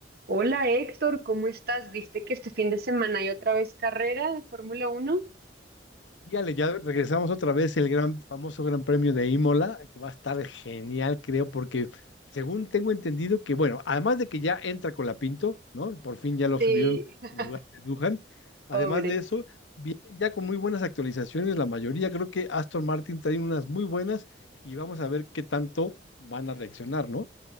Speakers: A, on the right; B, on the left.
A: Hola Héctor, ¿cómo estás? ¿Viste que este fin de semana hay otra vez carrera de Fórmula Uno.
B: Y Ale, ya regresamos otra vez el gran famoso Gran Premio de Imola, que va a estar genial, creo, porque según tengo entendido que, bueno, además de que ya entra Colapinto, ¿no? Por fin ya lo
A: Sí,
B: subieron
A: <laughs>
B: en lugar de Duhan. Además
A: pobre.
B: de eso, vienen ya con muy buenas actualizaciones, la mayoría. Creo que Aston Martin trae unas muy buenas y vamos a ver qué tanto van a reaccionar, ¿no?